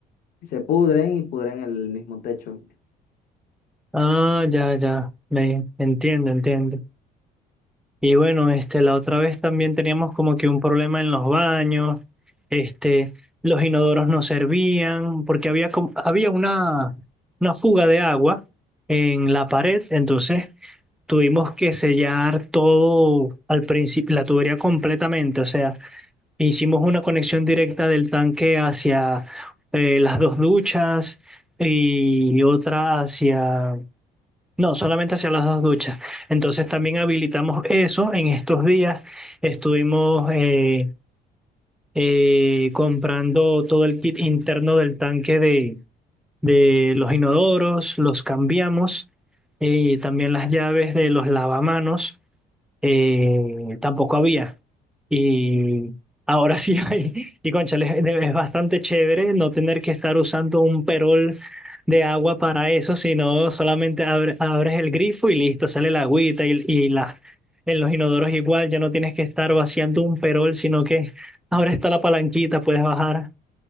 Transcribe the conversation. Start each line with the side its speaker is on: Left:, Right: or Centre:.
Left: se pudren y pudren el mismo techo.
Centre: ah, ya, ya, me entiendo, entiendo. Y bueno, este, la otra vez también teníamos como que un problema en los baños, este, los inodoros no servían, porque había, como- había una, una fuga de agua en la pared, entonces tuvimos que sellar todo al principio, la tubería completamente, o sea. Hicimos una conexión directa del tanque hacia eh, las dos duchas y otra hacia... No, solamente hacia las dos duchas. Entonces también habilitamos eso. En estos días estuvimos eh, eh, comprando todo el kit interno del tanque de, de los inodoros, los cambiamos, eh, también las llaves de los lavamanos eh, tampoco había. Y ahora <laughs> sí hay. Y cónchale, es es bastante chévere no tener que estar usando un perol de agua para eso, sino solamente abre- abres el grifo y listo, sale la agüita y, y la, en los inodoros igual, ya no tienes que estar vaciando un perol, sino que ahora está la palanquita, puedes bajar